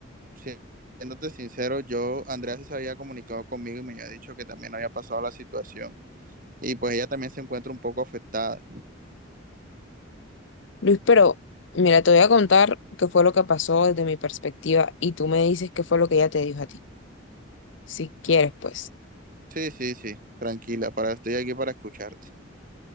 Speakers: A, on the right (about 45°); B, on the left (about 65°).
A: si, siéndote sincero, yo, Andrea sí se había comunicado conmigo y me había dicho que también había pasado la situación. Y pues ella también se encuentra un poco afectada.
B: Luis, pero mira, te voy a contar qué fue lo que pasó desde mi perspectiva y tú me dices qué fue lo que ella te dijo a ti. si quieres, pues.
A: Sí, sí, sí, tranquila, para, estoy aquí para escucharte.